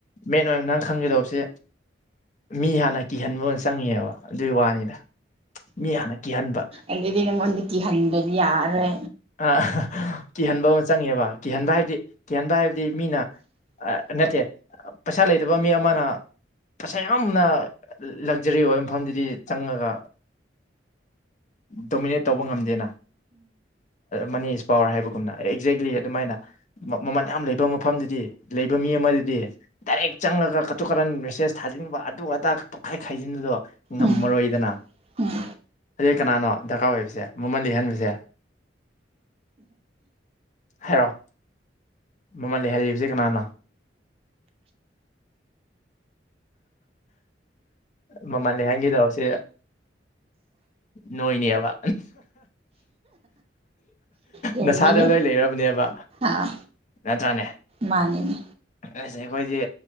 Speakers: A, on the left; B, on the right.
A: ꯃꯦꯟ ꯑꯣꯏꯅ ꯅꯪ ꯈꯪꯒꯗꯧꯕꯁꯦ ꯃꯤ ꯍꯥꯟꯅ ꯀꯤꯍꯟꯕ ꯑꯣꯏꯅ ꯆꯪꯉꯦꯕ ꯑꯗꯨꯒꯤ ꯋꯥꯅꯤꯗ ꯃꯤ ꯍꯥꯟꯅ ꯀꯤꯍꯟꯕ
B: ꯑꯗꯩꯗꯤ ꯅꯪꯉꯣꯟꯗ ꯀꯤꯍꯟꯗ꯭ꯔꯗꯤ ꯌꯥꯔꯦ
A: ꯑꯥ ꯀꯤꯍꯟꯕ ꯑꯣ ꯆꯪꯉꯦꯕ ꯀꯤꯍꯟꯕ ꯍꯥꯏꯕꯗꯤ ꯀꯤꯍꯟꯕ ꯍꯥꯏꯕꯗꯤ ꯃꯤꯅ ꯅꯠꯇꯦ ꯄꯩꯁꯥ ꯂꯩꯇꯕ ꯃꯤ ꯑꯃꯅ ꯄꯁꯥ ꯌꯥꯝꯅ ꯂꯛꯖꯔꯤ ꯑꯣꯏꯕ ꯃꯐꯝꯗꯨꯗꯤ ꯆꯪꯉꯒ ꯗꯣꯃꯤꯅꯦꯠ ꯇꯧꯕ ꯉꯝꯗꯦꯅ ꯃꯅꯤ ꯏꯁ ꯄꯋꯥꯔ ꯍꯥꯏꯕꯒꯨꯝꯅ ꯑꯦꯛꯖꯦꯛꯂꯤ ꯑꯗꯨꯃꯥꯏꯅ ꯃꯃꯜ ꯌꯥꯝ ꯂꯩꯕ ꯃꯐꯝꯗꯨꯗꯤ ꯂꯩꯕ ꯃꯤ ꯑꯃꯗꯨꯗꯤ ꯗꯥꯏꯔꯦꯛ ꯆꯪꯉꯒ ꯀꯇꯨ ꯀꯔꯟ ꯃꯦꯁꯦꯖ ꯊꯥꯖꯤꯟꯕ ꯑꯗꯨ ꯑꯗꯥ ꯇꯣꯈꯥꯏ ꯈꯥꯏꯖꯤꯟꯕꯗꯣ ꯉꯝꯃꯔꯣꯏꯗꯅ
B: ꯎꯝ ꯎꯝ
A: ꯑꯗꯨꯗꯤ ꯀꯅꯥꯅꯣ ꯗꯔꯀꯥꯔ ꯑꯣꯏꯕꯁꯦ ꯃꯃꯜ ꯂꯩꯍꯟꯕꯁꯦ ꯍꯥꯏꯔꯣ ꯃꯃꯜ ꯂꯩꯍꯜꯂꯤꯕꯁꯦ ꯀꯅꯅꯣ ꯃꯃꯜ ꯂꯩꯍꯟꯒꯦ ꯇꯧꯕꯁꯤ ꯅꯣꯏꯅꯦꯕ
B: ꯆꯨꯝꯃꯤꯅꯦ
A: ꯅꯁꯥꯗ ꯂꯣꯏ ꯂꯩꯔꯕꯅꯦꯕ
B: ꯑꯥ
A: ꯅꯠꯇ꯭ꯔꯥꯅꯦ
B: ꯃꯥꯅꯤꯅꯦ
A: ꯑꯁ ꯑꯩꯈꯣꯏꯗꯤ